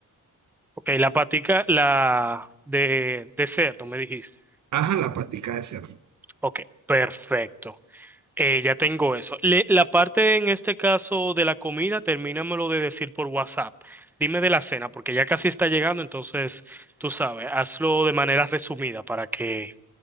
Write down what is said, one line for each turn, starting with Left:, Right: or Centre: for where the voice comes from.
Centre: ok, la patica, la de, de cerdo, me dijiste.
Right: Ajá, la patica de cerdo.
Centre: Ok, perfecto. Eh, ya tengo eso. Le- la parte en este caso de la comida, termínamelo de decir por WhatsApp. Dime de la cena, porque ya casi está llegando, entonces tú sabes, hazlo de manera resumida para que